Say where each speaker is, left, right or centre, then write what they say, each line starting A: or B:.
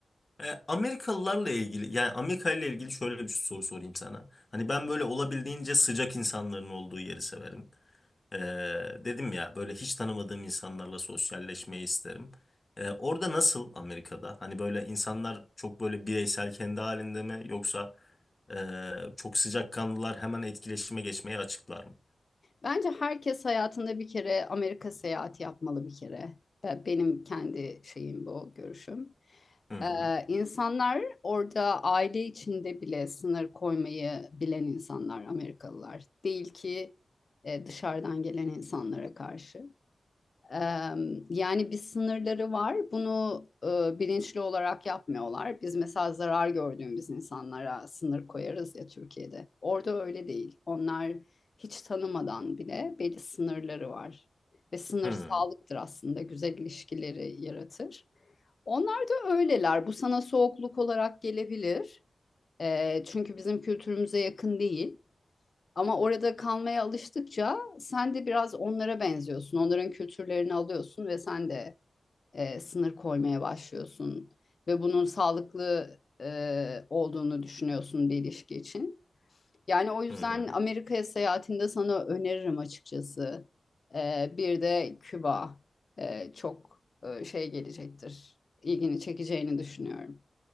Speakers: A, on the left; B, on the left.
A: E, Amerikalılarla ilgili yani Amerika ile ilgili şöyle bir soru sorayım sana. Hani ben böyle olabildiğince sıcak insanların olduğu yeri severim. E, dedim ya böyle hiç tanımadığım insanlarla sosyalleşmeyi isterim. E, orada nasıl Amerika'da? Hani böyle insanlar çok böyle bireysel kendi halinde mi yoksa e, çok sıcakkanlılar hemen etkileşime geçmeye açıklar mı?
B: Bence herkes hayatında bir kere Amerika seyahati yapmalı bir kere. E, Benim kendi şeyim bu görüşüm.
A: Hı hı.
B: Ee, insanlar orada aile içinde bile sınır koymayı bilen insanlar Amerikalılar. Değil ki e, dışarıdan gelen insanlara karşı. Eee, yani bir sınırları var. Bunu e, bilinçli olarak yapmıyorlar. Biz mesela zarar gördüğümüz insanlara sınır koyarız ya Türkiye'de. Orada öyle değil. Onlar hiç tanımadan bile belli sınırları var. Ve sınır
A: Hı
B: sağlıktır aslında. Güzel ilişkileri yaratır. Onlar da öyleler. Bu sana soğukluk olarak gelebilir. Eee, çünkü bizim kültürümüze yakın değil. Ama orada kalmaya alıştıkça sen de biraz onlara benziyorsun. Onların kültürlerini alıyorsun ve sen de e, sınır koymaya başlıyorsun. Ve bunun sağlıklı e, olduğunu düşünüyorsun bir ilişki için. Yani o yüzden
A: hı. hı.
B: Amerika'ya seyahatinde sana öneririm açıkçası. E, bir de Küba e, çok e, şey gelecektir. İlgini çekeceğini düşünüyorum.